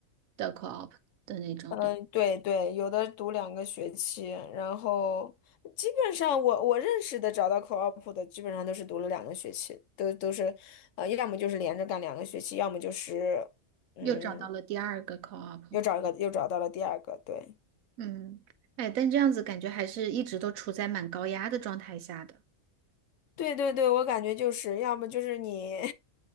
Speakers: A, on the right; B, on the left.
A: 的 co-op 的那种，
B: 嗯，
A: 对吧，
B: 对对，有的读两个学期，然后基本上我我认识的找到 co-op 的，基本上都是读了两个学期，都都是，呃，要么就是连着干两个学期，要么就是，嗯，
A: 又找到了第二个 co-op，
B: 又找一个又找到了第二个，对
A: 嗯，哎，但这样子感觉还是一直都处在蛮高压的状态下的。
B: 对对对，我感觉就是要么就是你